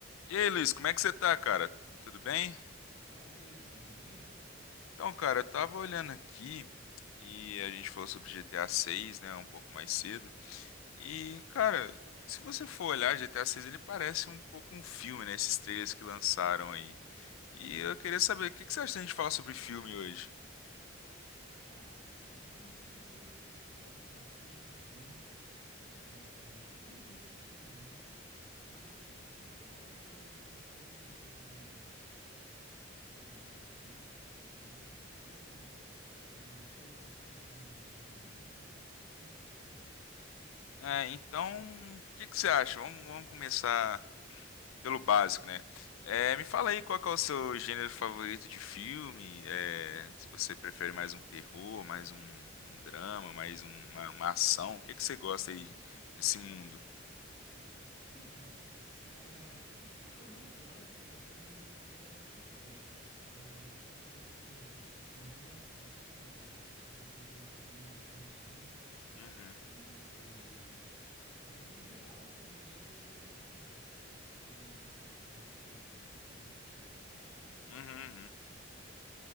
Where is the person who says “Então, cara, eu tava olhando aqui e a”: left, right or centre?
Left